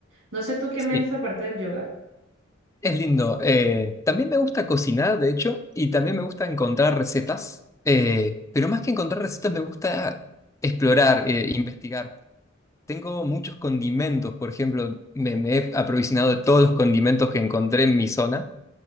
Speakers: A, on the right; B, on the left.
A: No sé tú qué
B: Sí,
A: me dices aparte del yoga.
B: es lindo. Eh, también me gusta cocinar, de hecho, y también me gusta encontrar recetas, eh, pero más que encontrar recetas me gusta explorar, eh, investigar. Tengo muchos condimentos, por ejemplo, me, me he aprovisionado de todos los condimentos que encontré en mi zona